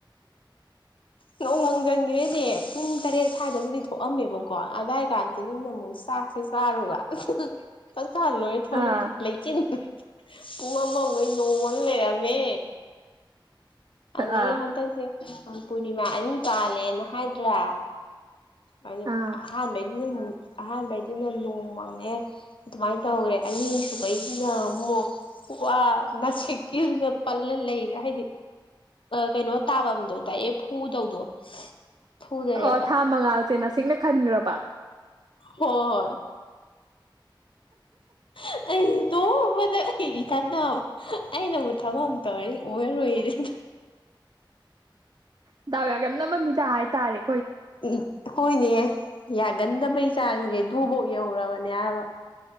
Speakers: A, on the left (about 80°); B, on the right (about 55°).
A: ꯎ ꯅꯣꯡ ꯃꯪꯖꯟꯈꯔꯦꯅꯦ ꯄꯨꯡ ꯇꯔꯦꯠ ꯁ꯭ꯋꯥꯏꯗꯕꯨꯗꯤ ꯊꯣꯛꯑꯝꯃꯦꯕꯀꯣ ꯑꯗꯨꯋꯥꯏ ꯀꯥꯟꯗ ꯑꯃꯨꯛ ꯆꯥꯛꯁꯦ ꯆꯥꯔꯨꯕ ꯆ ꯆꯥ ꯂꯣꯏꯔ ꯊꯣꯛꯂꯛꯄꯗꯤ
B: ꯑꯥ
A: ꯂꯩꯇꯦ ꯄꯨꯡ ꯑꯃꯈꯩ ꯅꯣꯡꯃꯅ ꯂꯩꯔꯝꯃꯦ ꯑꯗꯨꯗꯒꯤ
B: ꯑꯥ
A: ꯍꯟꯗꯛꯁꯦ ꯄꯨꯔꯅꯤꯃꯥ ꯑꯅꯤ ꯄꯥꯜꯂꯦꯅ ꯍꯥꯏꯗ꯭ꯔꯥ ꯥꯟ
B: ꯑꯥ
A: ꯃ ꯑꯍꯥꯟꯕꯩꯗꯨꯅ ꯅꯣꯡ ꯃꯪꯉꯦ ꯑꯗꯨꯃꯥꯏꯅ ꯇꯧꯈ꯭ꯔꯦ ꯑꯅꯤ ꯁꯕꯩꯁꯤꯅ ꯑꯃꯨꯛ ꯋꯥ ꯉꯁꯤꯛꯀꯤꯗꯨꯗ ꯄꯜꯂ ꯂꯩꯒ ꯍꯥꯏꯗꯤ ꯀꯩꯅꯣ ꯇꯥꯕ ꯑꯗꯣꯗ ꯑꯦ ꯐꯨꯗꯧꯗꯣ ꯐꯨꯗꯔꯦꯕ
B: ꯑꯣ ꯊꯥ ꯃꯉꯥꯁꯦ ꯅꯁꯤꯡꯅ ꯈꯟꯔꯕ
A: ꯍꯣꯏ ꯍ ꯑꯩ ꯅꯣꯡꯕꯗ ꯑꯩ ꯏꯊꯅ ꯑꯩꯅꯕꯨ ꯊꯕꯛ ꯑꯃ ꯇꯧꯔꯦ ꯎꯔꯨꯔꯦꯗ <inaudible>
B: ꯗꯎ ꯌꯥꯒ ꯅ ꯃꯅꯤꯗ ꯍꯥꯏꯥꯏ ꯇꯥꯔꯦ
A: ꯎ ꯍꯣꯏꯅꯤ ꯑꯦ ꯌꯥꯒꯟꯗꯕꯩ ꯆꯥꯡꯁꯦ ꯨꯐꯧ ꯌꯍꯧꯔꯕꯅꯦ ꯍꯥꯏꯕ